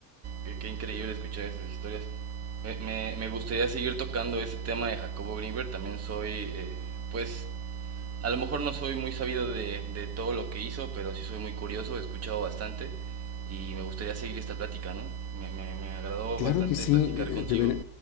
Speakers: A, on the right; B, on the left.
A: qué, qué increíble escuchar esas historias. Me, me- me gustaría seguir tocando ese tema de Jacobo Grinberg también soy, eh, pues, A lo mejor no soy muy sabido de, de todo lo que hizo, pero sí soy muy curioso, he escuchado bastante y me gustaría seguir esta plática, ¿no? Me, me, me agradó
B: Claro
A: bastante
B: que sí,
A: platicar
B: eh,
A: contigo.
B: deber-